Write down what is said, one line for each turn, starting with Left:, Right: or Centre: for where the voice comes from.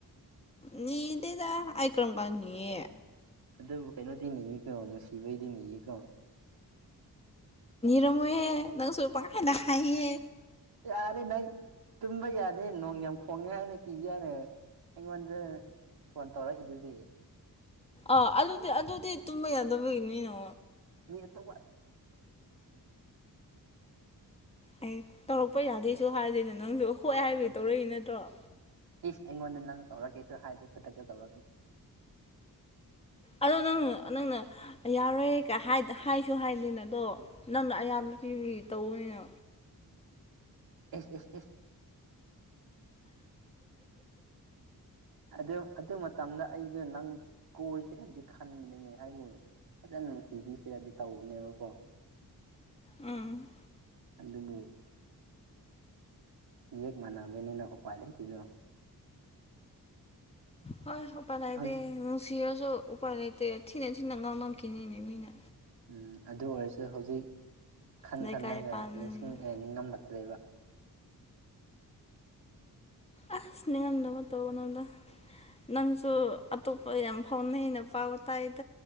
Left: ꯅꯗꯦꯗ ꯑꯥꯏꯀ꯭ꯔꯝꯒꯥꯟꯅꯤꯌꯦ
Right: ꯑꯗꯨꯕꯨ ꯀꯩꯅꯣꯗꯤ ꯅꯅꯤꯌꯦꯀꯣ ꯅꯨꯡꯁꯤꯕꯩꯗꯤ ꯅꯤꯌꯦꯀꯣ
Left: ꯔꯝꯨꯍꯦ ꯅꯪꯁꯨ ꯄꯈꯥꯏꯅ ꯈꯥꯏꯌꯦ
Right: ꯌꯥꯔꯦ ꯅꯪ ꯇꯨꯝꯕ ꯌꯥꯅꯤꯦ ꯅꯣꯡ ꯌꯥꯝ ꯈꯣꯡꯉꯦ ꯍꯥꯏꯅ ꯀꯤꯒꯦꯅ ꯑꯩꯉꯣꯟꯗ ꯐꯣꯟ ꯇꯧꯔꯛꯏꯗꯨꯗꯤ
Left: ꯑꯥ ꯑꯗꯨꯗꯤ ꯑꯗꯨꯗꯤ ꯇꯨꯝꯕ ꯌꯥꯗꯕꯒꯤꯅꯤꯅ
Right: ꯃꯤ ꯇꯣ
Left: ꯑꯩ ꯇꯧꯔꯛꯄ ꯌꯥꯗꯦꯁꯨ ꯍꯥꯏꯗꯣꯏꯅꯦ ꯅꯪꯁꯨ ꯍꯣꯏ ꯍꯥꯏꯕꯒꯤ
Right: ꯄꯐ
Left: ꯇꯧꯔꯛꯏ ꯅꯠꯇ꯭ꯔꯣ
Right: ꯑꯩꯉꯣꯟꯗ ꯅꯪ ꯇꯧꯔꯒꯦꯁꯨ ꯍꯥꯏꯗꯦ ꯑꯇ ꯇꯧ
Left: ꯑꯗꯣ ꯅꯪꯅ ꯅꯪꯅ ꯌꯥꯔꯣꯏ ꯍꯥꯏꯁꯨ ꯍꯥꯏꯗꯅ ꯑꯗꯣ ꯅꯪꯅ ꯑꯌꯥꯝꯕ ꯍꯧ ꯇꯧꯅ
Right: ꯑꯦ ꯑꯦ ꯑꯗ ꯑꯗꯨ ꯃ ꯃꯇꯝꯗ ꯑꯩꯗꯣ ꯅꯪ ꯀꯣꯆ ꯁꯤꯗꯗꯤ ꯈꯟꯕꯅꯤꯅꯦ ꯍꯥꯏꯕꯨ ꯐꯖꯅ ꯅꯨꯡꯁꯤꯕꯤꯁꯤꯔꯗꯤ ꯇꯧꯕꯅꯦꯕꯀꯣ
Left: ꯎꯝ
Right: ꯑꯗꯨꯕꯨ ꯌꯦꯛ ꯃꯥꯟꯅꯕꯅꯤꯅ ꯎꯄꯥꯏ ꯂꯩꯇꯗꯣ
Left: ꯍꯣꯏ ꯎꯄꯥꯏ ꯂꯩꯇꯦ
Right: ꯍꯧꯖꯤꯛ
Left: ꯅꯨꯡꯁꯤꯔꯁꯨ ꯎꯄꯥꯏ ꯂꯩꯇꯦ ꯊꯤꯅ ꯊꯤꯅ ꯉꯥꯡꯃꯝꯈꯤꯅꯤꯅꯦ ꯃꯤꯅ
Right: ꯎꯝ ꯑꯗꯨ ꯑꯣꯏꯔꯁꯨ ꯁꯨ ꯍꯧꯖꯤꯛ ꯈꯟ
Left: ꯂꯩꯀꯥꯏ
Right: ꯈꯜꯂꯒ
Left: ꯄꯥꯟꯕꯅꯤꯅ
Right: ꯅꯤꯡꯁꯤꯡ ꯅꯤꯡꯉꯝꯂꯛꯇ꯭ꯔꯦꯕ
Left: ꯑꯁꯁꯅꯦꯌꯥꯝꯗ ꯇꯅꯣꯗ ꯅꯪꯁꯨ ꯑꯇꯣꯞꯄ ꯌꯥꯝ ꯐꯥꯎꯅꯩꯅ ꯄꯥꯎ ꯇꯥꯏ